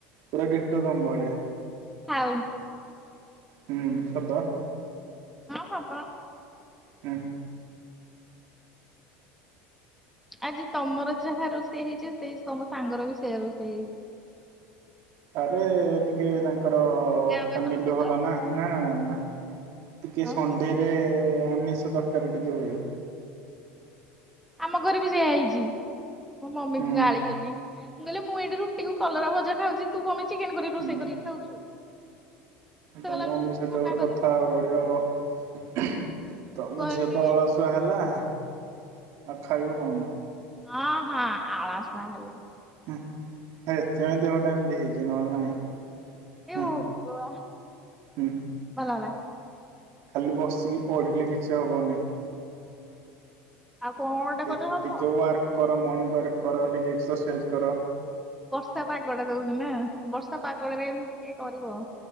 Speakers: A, on the right; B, in the centre.
A: ପୁରା ଡିଟୋ ତମ ଭଳିଆ।
B: ଥାଉ।
A: ହୁଁ ସଦ
B: ହ <unintelligible>
A: ହୁଁ।
B: ଆଜି ତମର ଯାହା ରୋଷେଇ ହେଇଛି ସେ ତମ ସାଙ୍ଗର ବି ସେଆ ରୋଷେଇ ହେଇଛି।
A: ଆରେ ଟିକେ ତାଙ୍କର ଓ
B: ଗାଁ
A: ଫାମିଲି
B: ପାଖ ଲୋକ
A: ଭଲ
B: ତ
A: ନା ନାଁ ନାଁ ନାଁ ନାଁ ଟିକେ
B: ଆଉ
A: ସନ୍ଦେ ଆମିଷ ତରକାରୀ ଟିକେ ହୁଏ।
B: ଆମ ଘରେ ବି ସେଇଆ ହେଇଛି। ମୋ ମମି
A: ହୁଁ
B: କୁ ଗାଳି କଲି କହିଲେ ମୁଁ ଏଇଠି ରୁଟି କୁ କଲରା ଭଜା ଖାଉଛି। ତୁ କଣ ପାଇଁ ଚିକେନ କରି
A: ହୁଁ।
B: ରୋଷେଇ କରି ଖାଉଛୁ। ସେ
A: ତମ
B: କହିଲା ମୁଁ
A: ମମି
B: ତତେ
A: ସହିତ
B: କଣ ମନା
A: ଗୋଟେ
B: କରିଛି
A: କଥା
B: ତୁ
A: ହବାକୁ
B: ଖା।
A: ପଡିବ ଆଉ ତମ
B: ମୁଁ କହିଲି
A: ଝିଅ ତ ଅ ସୁଆ ହେଲା ଆଉ ଖାଇବୁ କଣ?
B: ହଁ ହଁ ଆଳସୁଆ ହେଲେ।
A: ହୁଁ ଏଥିପାଇଁ ଦେହଟା ଏମିତି ହେଇଛି ନହେଲେ ନାହିଁ।
B: ହେ
A: ହୁଁ
B: ଭଗବାନ୍
A: ହୁଁ।
B: ଭଲ ହେଲା।
A: ଖାଲି ବସିକି ପଢ଼ିଲେ କିଛି ହବନି।
B: ଆଉ କଣ
A: ଟେ
B: କଲେ ହବ।
A: ଟିକେ ୱାର୍କ କର ମର୍ଣ୍ଣିଙ୍ଗ ୱାର୍କ କର ଟିକେ ଏକ୍ସରସାଇଜ୍ କର।
B: ବର୍ଷା ପାଗଟା ଦଉଛିି ନାଁ ବର୍ଷା ପାଗଟାରେ ଏମିତି କିଏ କରିବ।